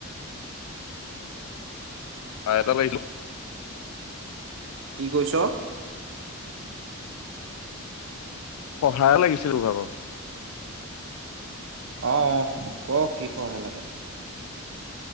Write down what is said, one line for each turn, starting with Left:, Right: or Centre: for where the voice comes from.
Left: কাম এটা পাইছো <unintelligible>
Right: কি কৈছ?
Left: সহায় লাগিছিল তোৰ ভাগৰ।
Right: আহ ক কি সহায় লাগে?